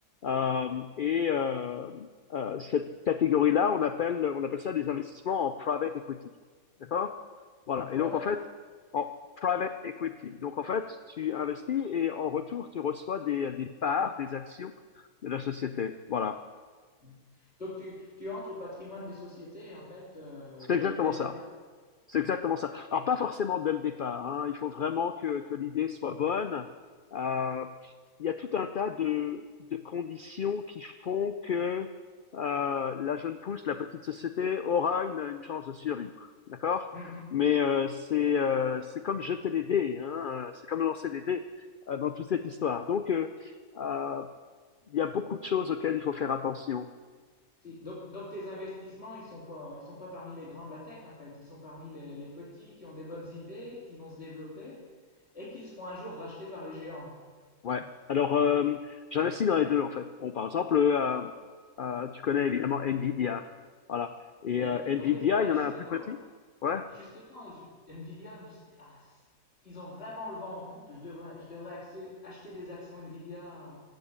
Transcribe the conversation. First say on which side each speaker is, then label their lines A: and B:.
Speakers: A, on the left; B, on the left.
A: Euh, et euh, euh, cette catégorie-là, on appelle on appelle ça des investissements en private equity, d'accord? Voilà.
B: Travel?
A: Et donc en fait, en private equity. Donc en fait, tu investis et en retour, tu reçois des des parts, des actions de la société. Voilà.
B: Ouais. Donc tu, tu entres au patrimoine des sociétés, en fait, euh,
A: C'est
B: dès,
A: exactement
B: le dès le
A: ça.
B: départ.
A: C'est exactement ça. Alors, pas forcément dès le départ, hein. Il faut vraiment que, que l'idée soit bonne. Euh, il y a tout un tas de, de conditions qui font que euh, la jeune pousse, la petite société, aura une, une chance de survivre. D'accord?
B: Mhm.
A: Mais euh, c'est euh, c'est comme jeter les dés, hein. Euh, C'est comme lancer les dés euh, dans toute cette histoire. Donc, euh, euh, il y a beaucoup de choses auxquelles il faut faire attention.
B: Si. Donc, donc tes investissements, ils sont pas, ils sont pas parmi les grands de la tech, en fait. Ils sont parmi les, les petits qui ont des bonnes idées, qui vont se développer et qui seront un jour rachetés par les géants.
A: Ouais. Alors, euh, j'investis dans les deux, en fait. Bon, par exemple, euh, euh, tu connais évidemment Nvidia. Voilà. Et
B: Mais-
A: euh, Nvidia,
B: ah oui, oui, bah
A: il y
B: justement,
A: en a un plus petit. Ouais,
B: Justement, je- Nvidia, je me suis dit, ah, c- ils ont vraiment le vent en poupe. Je devrais, je devrais axer- acheter des actions Nvidia euh,